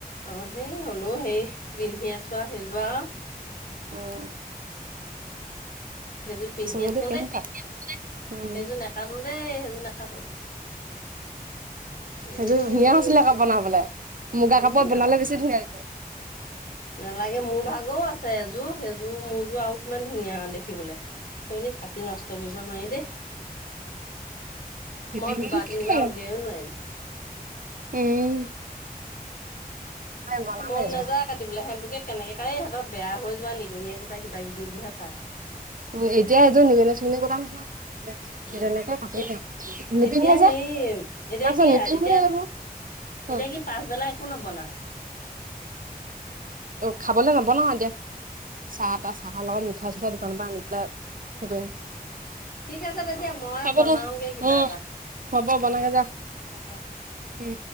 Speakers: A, on the left; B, on the right.
A: আহ, সেই হলেও সেই <unintelligible> আছো আও সেইজো আও।
B: উম।
A: সেইযোৰ পিন্ধিয়ে
B: যদি
A: থাকো
B: পিন্ধি
A: দেই,
B: থাক। উম,
A: সেইযোৰ নাকটো দেই সেইযোৰ নাকটো। এইযোৰ
B: সেইযোৰ ধুনীয়া
A: নোপোৱা
B: আছিলে আকৌ বনাবলে, মুগা
A: উম
B: কাপোৰত
A: নালাগে
B: বনালে বেছি ধুনীয়া। <unintelligible>
A: নালাগে মোৰ ভাগৰও আছে এযোৰ সেইযোৰ মোৰযোৰ আৰু কিমান ধুনীয়া দেখিবলৈ সেই বুলি কাটি নষ্ট কৰিব নোৱাৰি দেই
B: তেতিয়াহ'লেনো
A: মই দুবাৰ
B: কি
A: তিনিবাৰ
B: কৰে
A: উলিয়াইও নোৱাৰিম
B: উম, মই বনাম
A: মন
B: এযোৰ
A: নাযায় কাটিবলৈকে হেতুকে কেনেকে কায় অলপ বেয়া হৈ যোৱা নিগনি একোটা কিবা কিবিবোৰহে পায়
B: উম এতিয়া এইযোৰ নিগনি চিগনিয়ে কুটা নহয়
A: উম
B: যেনেকে কাপোৰ
A: এ
B: ন নিপিন্ধে
A: এতিয়া হেৰি
B: যে তাৰ
A: এতিয়া
B: পাছত
A: কি
B: নিপিন্ধে
A: এতিয়া
B: এ এইবোৰ
A: এতিয়া
B: অ'।
A: কি পাছবেলা একো নবনা
B: খাবলে নবনাও এতিয়া। চাহ তাহ চাহৰ লগত পাষ্টা দোকানৰ পৰা আনি পেলাই হেৰি কৰিম
A: ঠিক আছে তেতিয়া মই
B: হ'ব
A: বনাওগে
B: দে
A: কিবা
B: উম
A: এটা।
B: হ'ব
A: অ,
B: বনাগে যা
A: হ'ব
B: উম